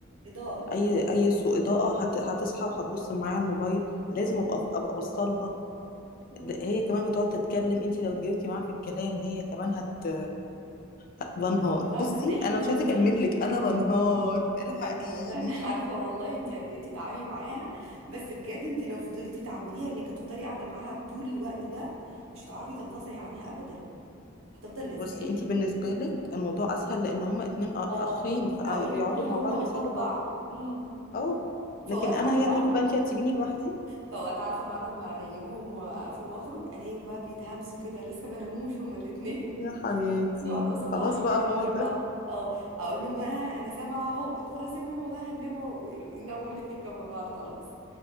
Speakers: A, on the right; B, on the left.
A: إضاءة
B: اي اي سوء اضاءه هت... هتصحى وهتبص معايا على الموبايل لازم ابقى ابقى بصلها
A: مم.
B: لا، هي كمان بتقعد تتكلم انت لو اتجاوبتي معاها في الكلام هي كمان هت هت- بنهار
A: بس لا
B: بصي
A: صدقيني
B: انا مش عايزه اكمل
A: صدقيني
B: لك انا بنهار الحقيني
A: بجد والله <laughs> انا عارفه والله انت قد ايه تتعبي معاها بس بجد انت لو فضلتي تعوديها انك هتفضلي قاعده معاها طول الوقت ده مش هتعرفي تنفصلي عنها ابدا هتفضل
B: <laughs>
A: لازقالك
B: بصي انت بالنسبه لك الموضوع اسهل لان هما اتنين أ-
A: اه
B: اخين
A: كنت لسه
B: فبيقعدوا
A: هقول لك برضه
B: مع بعض
A: هما قصاد
B: بيسلوا
A: بعض
B: بعض
A: امم
B: اه
A: وفي
B: لكن
A: اوقات
B: انا
A: عارفه
B: هي هتقولي بقى انت هتسيبيني لوحدي
A: فوقت عارفة بعد ما انيمهم واقفل واخرج الاقيهم بقى بيتهمسوا كده لسه ما ناموش هما الاتنين
B: يا حياتي
A: <laughs> بيقعدوا قصاد بعض
B: خلاص
A: يتكلموا
B: بقى ماما
A: بيرجعوا اه اقول لهم ها انا سامعة اهو خلاص يا ماما والله هنناموا وير- يناموا الاتنين جنب بعض خلاص